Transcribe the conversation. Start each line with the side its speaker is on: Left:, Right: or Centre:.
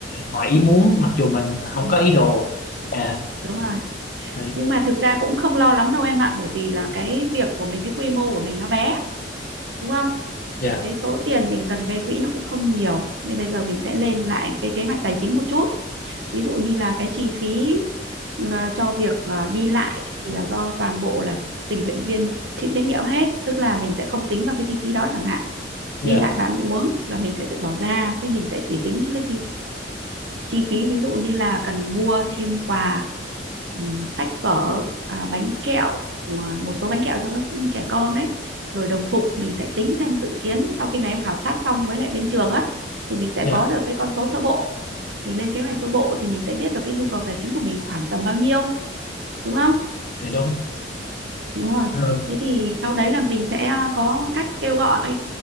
Left: ngoài ý muốn mặc dù mình không
Right: đúng
Left: có ý đồ à
Right: đúng rồi
Left: đấy.
Right: nhưng mà thực ra cũng không lo lắm đâu em ạ bởi vì là cái việc của mình cái quy mô của mình nó bé đúng không
Left: dạ
Right: cái số tiền mình cần gây quỹ nó cũng không nhiều nên bây giờ mình sẽ lên lại cái kế hoạch tài chính một chút ví dụ như là cái chi phí ờ, cho việc ờ, đi lại thì là do toàn bộ là tình nguyện viên chịu trách nhiệm hết tức là mình sẽ không tính vào cái chi phí đó chẳng hạn
Left: dạ
Right: đi lại và ăn uống là mình sẽ tự bỏ ra thế mình sẽ chỉ tính những cái chi chi phí ví dụ như là cần mua thêm quà ừm, sách vở à, bánh kẹo của một số bánh kẹo cho các trẻ con đấy rồi đồng phục mình sẽ tính thêm dự kiến sau khi mà em khảo sát xong với lại bên trường á thì mình sẽ
Left: dạ
Right: có được cái con số sơ bộ mình lên kế hoạch sơ bộ thì mình sẽ biết được cái nhu cầu tài chính của mình khoảng tầm bao nhiêu đúng không
Left: dạ đúng
Right: đúng rồi
Left: rồi
Right: thế thì sau đấy là mình sẽ à, có cách kêu gọi